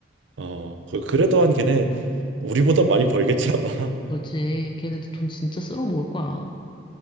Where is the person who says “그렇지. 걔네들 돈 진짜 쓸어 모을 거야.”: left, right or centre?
Left